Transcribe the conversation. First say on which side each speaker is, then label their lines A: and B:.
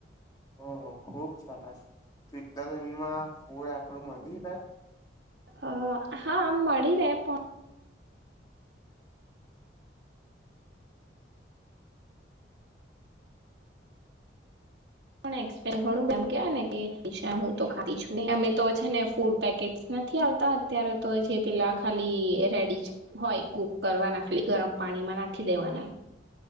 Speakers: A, on the left; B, on the right.
A: ઓહો ખુબ સરસ સ્વિટ્ઝરલેન્ડ માં ફૂડ આપડું મલી રહે
B: અ હા આમ મળી રહે પ પણ એક્સપેન ઘણું કે <unintelligible> હું તો ખાી છું અમે તો છે ને ફૂડ પેકેટ નથી આવતા અત્યારે તો જે પેલા ખાલી રેડી હોય કુક કરવાના ખાલી ગરમ પાણીમાં નાખી દેવાના.